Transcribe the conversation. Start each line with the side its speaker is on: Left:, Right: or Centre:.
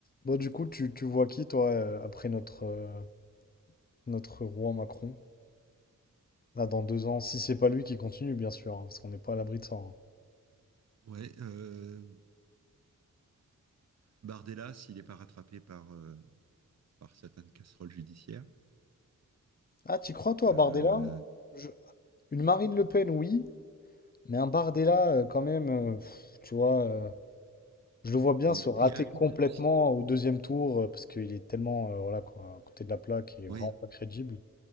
Left: Bon, du coup, tu, tu vois qui, toi, euh, après notre, euh, notre roi Macron? Là, dans deux ans, si c'est pas lui qui continue, bien sûr, hein, parce qu'on n'est pas à l'abri de ça. hein.
Right: Ouais, euh, Bardella, s'il n'est pas rattrapé par, euh, par certaines casseroles judiciaires.
Left: Ah, tu crois, toi,
Right: Euh,
Left: à Bardella? Je- Une Marine Le Pen, oui, mais un Bardella, euh, quand même, euh, pff, tu vois, euh, je le vois
Right: Il
Left: bien se rater
Right: il y a
Left: complètement
Right: Hanouna aussi.
Left: au deuxième tour, euh, parce qu'il est tellement, euh, voilà, quoi, à côté de la plaque, il est
Right: Oui,
Left: vraiment pas crédible.